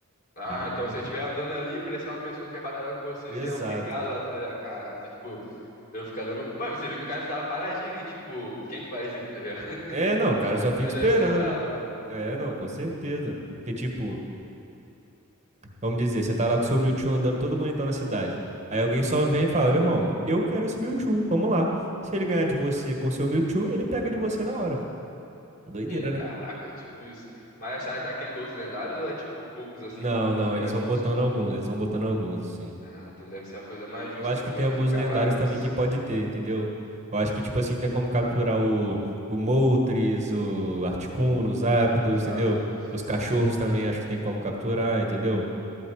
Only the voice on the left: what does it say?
Ah,
então se
você
estiver
andando ali, parecer uma pessoa que quer batalhar com você,
você é obrigado a batalhar. Caraca, tipo, eu ficar dando. Mano, você viu que o cara tava paradinho ali, tipo, quem que vai vir, tá ligado? <laughs>
O cara
deve ser brabo,
né?
<laughs>
Hum, Caraca,
é tipo isso. Mas achar que tem todos lendários ou é tipo poucos assim
pra também
ficar
justo,
né?
Ah, então deve ser uma coisa mais justa
também
pra
não
ficar
bagunça.
Os
ápidos.
Uhum.